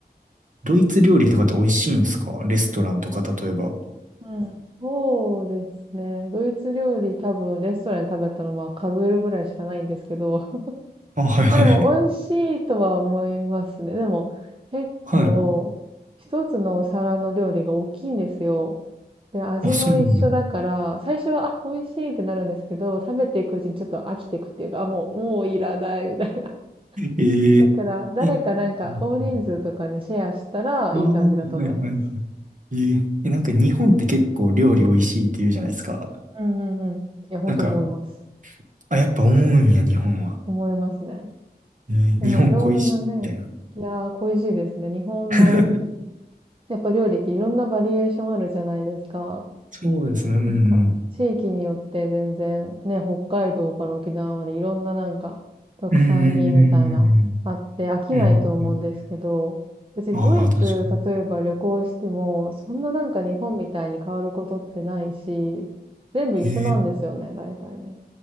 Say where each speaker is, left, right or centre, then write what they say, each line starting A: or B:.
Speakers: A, on the right; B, on the right.
A: ドイツ料理とかって美味しいんですかレストランとか、例えば。
B: うん。そうですね。ドイツ料理多分レストランで食べたのは数えるぐらいしかないんですけど、
A: あ、はいはい。
B: あ、でも美味しいとは思いますね。でも結構一つのお皿の料理が大きいんですよ。
A: <laughs> はい。
B: で、味も一緒だから、
A: あ、そうなんや。
B: 最初は、あ、美味しいってなるんですけど、食べていくうちにちょっと飽きていくっていうか、あ、もう、もういらないみたいな。
A: ええ、
B: <laughs> だから、誰かなんか大人数とかでシェアしたらいい感じだと思います。
A: えうんうんああ、はいはいはい。えええ、なんか日本って結構料理美味しいって言うじゃないですか。
B: うんうんうん。いや、本当思います。
A: なんか、あ、やっぱ思うんや、日本は。
B: 思いますね。
A: えー日本恋しいみたいな。
B: でもいろんなね、いやー、恋しいですね。日本の
A: <laughs>
B: やっぱ料理っていろんなバリエーションあるじゃないですか。
A: そうですね、うんうん。
B: なんか、地域によって全然、ね、北海道から沖縄までいろんななんか、特産品みたいな、
A: うんうん
B: あって飽きないと思うんですけど、
A: うんうんうん。うんうん。
B: 別にドイツ、
A: ああ、確かに。
B: 例えば旅行しても、そんななんか日本みたいに変わることってないし、全部一緒なんですよね、
A: ええ
B: 大体ね。